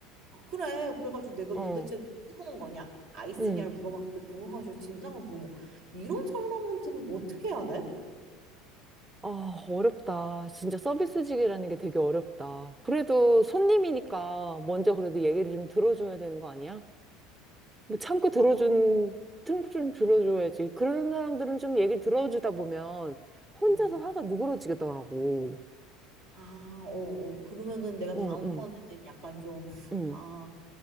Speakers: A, on the right; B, on the right.
A: 아, 그래 그래가지고 내가
B: 어,
A: 도대체 뜨거운 거냐 아이스냐를
B: 응.
A: 물어봤는데 그거 가지고 진상을 부른 거야 이런 사람한테는 어떻게 해야 돼?
B: 아, 어렵다. 진짜 서비스직이라는 게 되게 어렵다. 그래도 손님이니까 먼저 그래도 얘기를 좀 들어줘야 되는 거 아니야? 뭐 참고 들어준,
A: 아 그럼
B: 참고 좀 들어줘야지. 그런 사람들은 좀 얘기 들어주다 보면 혼자서
A: 어.
B: 화가 누그러지겠더라고.
A: 아, 어, 어. 그러면은 내가
B: 응,
A: 다음번에는
B: 응,
A: 약간 좀,
B: 응.
A: 아,